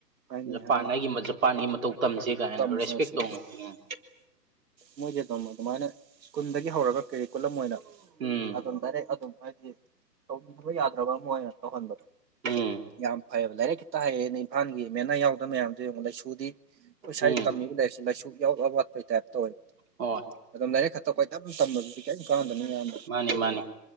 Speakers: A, on the right; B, on the right.
A: ꯍꯥꯏꯅꯩ
B: ꯖꯄꯥꯟ
A: ꯍꯥꯏꯅꯩ
B: ꯑꯩꯒꯤ ꯖꯄꯥꯟꯒꯤ ꯃꯇꯧ ꯇꯝꯖꯦ ꯀꯥꯏꯅ
A: ꯇꯝꯖꯁꯦ
B: ꯔꯦꯁꯄꯦꯛ ꯇꯧꯅꯩ
A: ꯃꯣꯏꯖꯦ ꯑꯗꯨꯝ ꯑꯗꯨꯃꯥꯏꯅ ꯁ꯭ꯀꯨꯜꯗꯒꯤ ꯍꯧꯔꯒ ꯀꯦꯔꯤꯀꯨꯂꯝ ꯑꯣꯏꯅ
B: ꯎꯝ
A: ꯑꯗꯨꯝ ꯗꯥꯏꯔꯦꯛ ꯑꯗꯨꯝ ꯍꯥꯏꯗꯤ ꯇꯧꯗꯕ ꯌꯥꯗ꯭ꯔꯕ ꯑꯃ ꯑꯣꯏꯅ ꯇꯧꯍꯟꯕꯗꯣ
B: ꯎꯝ
A: ꯌꯥꯝ ꯐꯩꯌꯦꯕ ꯂꯥꯏꯔꯤꯛ ꯈꯤꯇ ꯍꯩꯌꯦꯅꯥ ꯏꯝꯐꯥꯜꯒꯤ ꯃꯦꯅꯥꯌ ꯌꯥꯎꯗ ꯃꯌꯥꯝ ꯑꯗꯨ ꯌꯦꯡꯉꯣ ꯂꯥꯏꯁꯨꯗꯤ ꯑꯩꯈꯣꯏ ꯁ꯭ꯋꯥꯏ
B: ꯎꯝ
A: ꯇꯝꯃꯤꯕ ꯂꯥꯏꯔꯤꯛꯁꯦ ꯂꯥꯏꯁꯨ ꯏꯌꯥꯎ ꯋꯥꯠ ꯋꯥꯠꯄꯩ ꯇꯥꯏꯞ ꯇꯧꯋꯦꯕ
B: ꯑꯣ
A: ꯑꯗꯨꯝ ꯂꯥꯏꯔꯤꯛ ꯈꯛꯇ ꯀꯣꯏꯇꯝ ꯇꯝꯕꯗꯨꯗꯤ ꯀꯦꯝ ꯀꯥꯟꯗꯝꯅꯦ ꯌꯥꯝ
B: ꯃꯥꯅꯤ ꯃꯥꯅꯤ